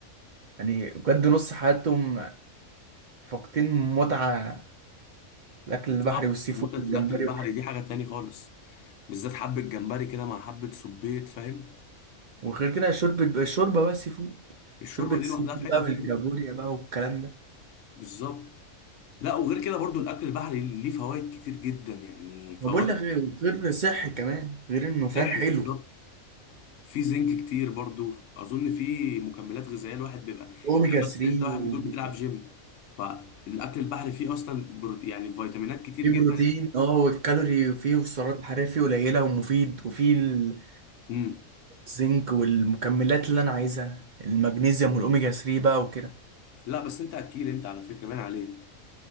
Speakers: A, on the right; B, on the left.
A: يعني بجد نص حياتهم فاقدين متعه الاكل البحري
B: بالظبط
A: والسي فود
B: متعه
A: والجمبري
B: الاكل البحري
A: وكده
B: دي حاجه تاني خالص بالذات حبه جمبري كده مع حبه صبيط فاهم
A: وغير كده شوربه الشوربه بقى سي فود
B: الشوربه
A: شوربه السي
B: دي لوحدها
A: فود
B: في حته
A: بقى
B: تاني
A: بالكابوريا بقى والكلام ده
B: بالظبط لا وغير كده برضو الاكل البحري ليه فوائد كتير جدا يعني فوائد
A: ما بقول لك غير غير صحي كمان غير انه فاهم
B: صحي
A: حلو
B: بالظبط في زنك كتير برضو اظن في مكملات غذائيه الواحد بيبقى
A: اوميجا
B: يعني
A: 3
B: مثلا انت واحد بتقول بتلعب جيم فالاكل البحري فيه اصلا برو... يعني فيتامينات كتير
A: فيه
B: جدا
A: بروتين اه والكالوري فيه والسعرات الحرارية فيه قليلة ومفيد وفيه ال-
B: امم
A: الزنك والمكملات اللي انا عايزها المغنيسيوم والاوميجا 3 بقى وكده
B: لا بس انت اكيل انت على فكره باين عليك